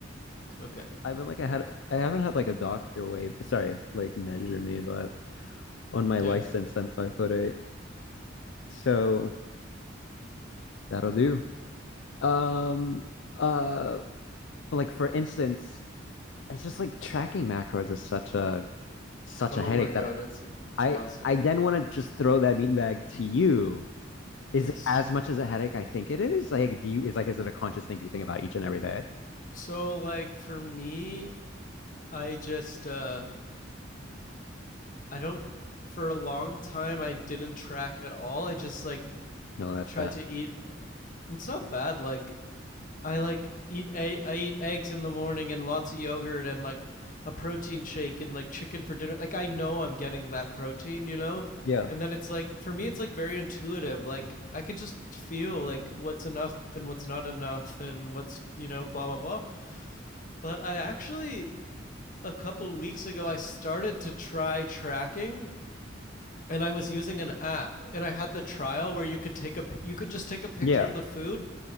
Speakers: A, on the left; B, on the left.
A: Okay.
B: I've been like I had I haven't had like a doctor weigh sorry, like measure me, but on my
A: Yeah.
B: license I'm five foot eight. So that'll do. Um uh but like for instance, it's just like tracking macros is such a such
A: Oh
B: a headache
A: my god,
B: that
A: it's it's
B: I
A: exhausting.
B: I then want to just throw that beanbag to you. Is
A: Yes.
B: it as much as a headache I think it is? Like, do you is like is it a conscious thing you think about each and every day?
A: So like for me, I just uh I don't for a long time I didn't track at all. I just like
B: No, that's
A: tried
B: bad.
A: to eat it's not bad like I like eat a I eat eggs in the morning and lots of yogurt and like a protein shake and like chicken for dinner. Like I know I'm getting that protein, you know?
B: Yeah.
A: And then it's like for me it's like very intuitive. Like I could just feel like what's enough and what's not enough and what's, you know, blah blah blah. But I actually a couple weeks ago I started to try tracking and I was using an app and I had the trial where you could take a you could just take a picture
B: Yeah.
A: of the food